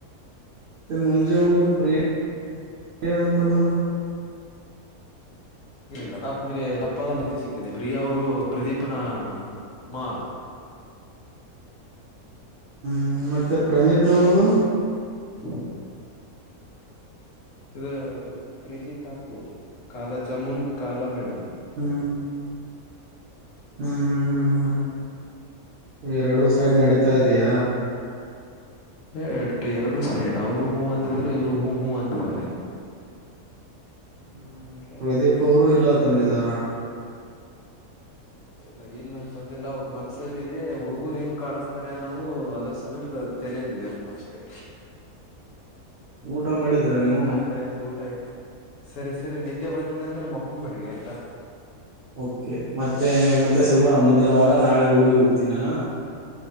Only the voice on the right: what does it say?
ಮಜೆ ಒದು ಪ್ರಿಯ ಅಂತಲ್ಲ
ಹ್ಮ್ ಮತ್ತೆ ಪ್ರನೀತ್ ಅವ್ರ್ದು
ಹ್ಮ ಹ್ಮ್ ಹ್ಮ್ ಹ್ಮ್ ಹ್ಮ್ ಈರಡುೂ ಸೈಡ್ ನಡೀತಾ ಇದೆಯಾ
ಹ್ಮ
ಪ್ರದೀಪ್
ಅವರು
ಇಲ್ಲ ತಂದಿದಾರ
ಊಟ
ಮಾಡಿದ್ರ ನೀವು
ಓಕೆ ಮತ್ತೆ ಮತ್ತೆ ಸಿಗೋಣ ಮುಂದಿನ ವಾರ ನಾಳೆ ಊರಿಗೆ ಹೋಗ್ತೀನಿಾನ